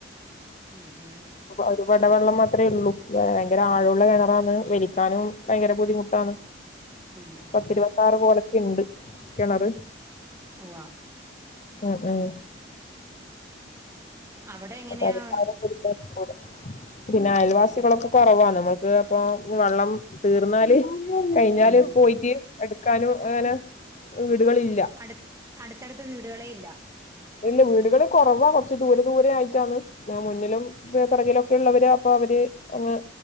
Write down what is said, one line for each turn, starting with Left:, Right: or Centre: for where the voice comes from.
Right: ഉം ഹും
Left: ഒരുപടവെള്ളം മാത്രമേ ഉള്ളൂ ഭയങ്കര ആഴുള്ള കിണറാന്ന് വലിക്കാനും ഭയങ്കര ബുദ്ധിമുട്ടാണ്
Right: ഉം ഉം
Left: പത്തിരുപത്താറ് പോലക്കുണ്ട് കിണറ്
Right: ഉവ്വാ
Left: ഉം ഉം
Right: അവിടെ എങ്ങനെയാ
Left: പരിപാരം കൊടുത്തും കൂട <unintelligible> പിന്നെ അയൽവാസികളൊക്കെ കുറവാണ് നമ്മൾക്ക്.. പ്പൊ.. വെള്ളം തീർന്നാല്.. കഴിഞ്ഞാല്
Right: ഉം
Left: പോയിട്ട് എടുക്കാനും അങ്ങനെ വീടുകളില്ല
Right: അടു അടുത്തടുത്ത വീടുകളെ ഇല്ല
Left: ഇല്ല വീടുകള് കുറവാ കുറച്ച് ദൂരെ ദൂരെ ആയിട്ടാണ് പിന്നെ മുന്നിലും വിടെ പുറകിലൊക്കെ ഉള്ളവര് അപ്പൊ അവര് അങ്ങ്